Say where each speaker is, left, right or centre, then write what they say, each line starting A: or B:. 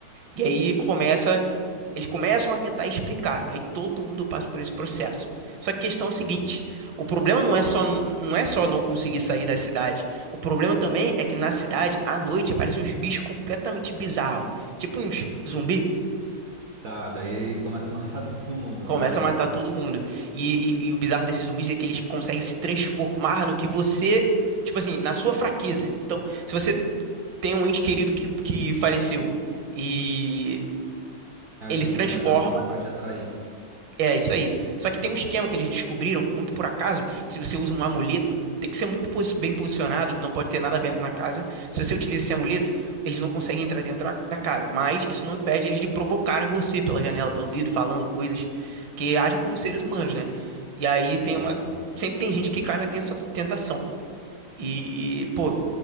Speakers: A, on the right; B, on the right.
A: E aí começa, eles começam a tentar explicar, e aí todo mundo passa por esse processo. Só que a questão é o seguinte,
B: Hum.
A: o problema não é só não é só não conseguir sair da cidade. O problema também é que na cidade, à noite, aparecem uns bichos completamente bizarros, tipo uns zumbi.
B: Tá, daí começa a matar <laughs> todo mundo.
A: Começa
B: É um negócio
A: a matar
B: assim.
A: todo mundo. E, e- e o bizarro desses zumbis é que eles conseguem se transformar no que você, tipo assim, na sua fraqueza. Então, se você tem um ente querido que, que faleceu e
B: Ah, eles
A: ele
B: são
A: se
B: tipo
A: transforma
B: um metamorfo pra te atrair.
A: É, isso aí. Só que tem um esquema que eles descobriram, muito por acaso, que se você usa um amuleto, tem que ser muito posi- bem posicionado, não pode ter nada aberto na casa. Se você utiliza esse amuleto, eles não conseguem entrar dentro da, da casa. Mas isso não impede eles de provocarem você pela janela, pelo vidro, falando coisas, que agem como seres humanos, né? E aí
B: Ah.
A: tem uma. Sempre tem gente que cai na tensa- tentação. E, pô,